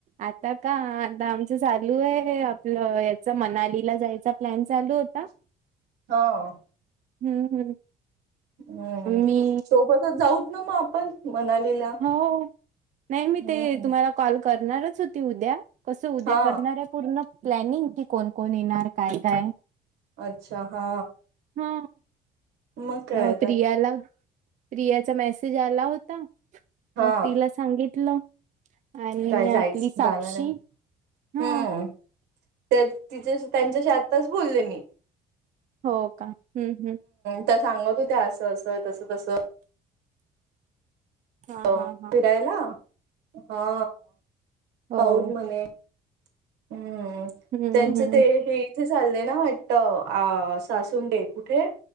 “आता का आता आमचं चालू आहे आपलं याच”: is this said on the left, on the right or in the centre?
Right